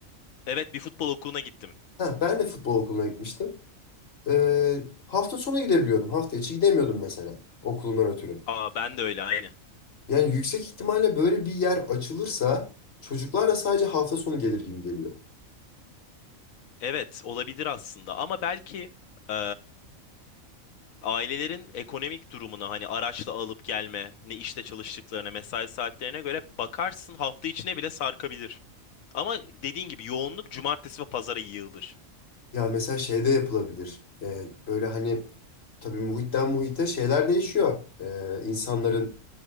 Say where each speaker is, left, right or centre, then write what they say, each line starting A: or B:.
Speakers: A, on the left; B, on the left.
A: Evet bir futbol okuluna gittim.
B: Ha, ben de futbol okuluna gitmiştim. Ee, hafta sonu gidebiliyordum. Hafta içi gidemiyordum mesela okulundan ötürü.
A: Aa ben de öyle aynı.
B: Yani yüksek ihtimalle böyle bir yer açılırsa çocuklar da sadece hafta sonu gelir gibi geliyor.
A: Evet olabilir aslında ama belki e, ailelerin ekonomik durumuna hani araçla alıp gelme, ne işte çalıştıklarına, mesai saatlerine göre bakarsın hafta içine bile sarkabilir. Ama dediğin gibi yoğunluk cumartesi ve pazara yığılır.
B: Ya mesela şeyde yapılabilir. Ee, böyle hani tabii muhitten muhite şeyler değişiyor. Ee, insanların